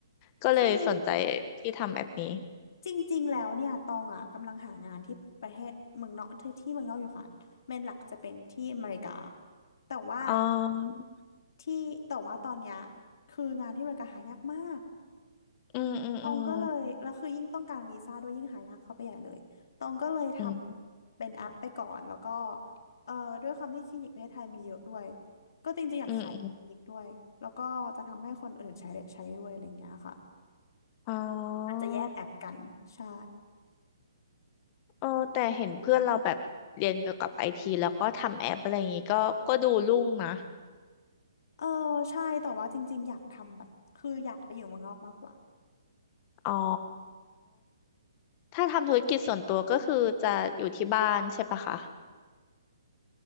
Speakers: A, on the left; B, on the left.
A: ก็เลยสนใจ
B: คือ
A: ที่ทำแบบนี้
B: จริงๆแล้วเนี่ยตองอ่ะกำลังหางานที่ประเทศเมืองนอกที่ที่เมืองนอกอยู่ค่ะเมนหลักจะเป็นที่อเมริกาแต่ว่า
A: อ๋อ
B: ที่แต่ว่าตอนเนี้ยคืองานที่อเมริกาหายากมาก
A: อืมอืมอืม
B: ตองก็เลยแล้วคือยิ่งต้องการวีซ่าด้วยยิ่งหายากเข้าไปใหญ่เลยตองก็เลยทำเป็นแอปไปก่อนแล้วก็
A: อืม
B: เอ่อด้วยความที่คลินิกประเทศไทยมีเยอะด้วยก็จริงๆอยากขายคลินิกด้วยแล้วก็จะทำให้คนอื่นใช้ได้ใช้ด้วยอะไรเงี้ยค่ะ
A: อืมอืมอ๋อ
B: อาจจะแยกแอปกันใช่
A: เออแต่เห็นเพื่อนเราแบบเรียนเกี่ยวกับไอทีแล้วก็ทำแอปอะไรอย่างนี้ก็ก็ดูรุ่งนะ
B: เออใช่แต่ว่าจริงๆอยากทำแบบคืออยากไปอยู่เมืองนอกมากกว่า
A: อ๋อถ้าทำธุรกิจส่วนตัวก็คือจะอยู่ที่บ้านใช่ปะคะ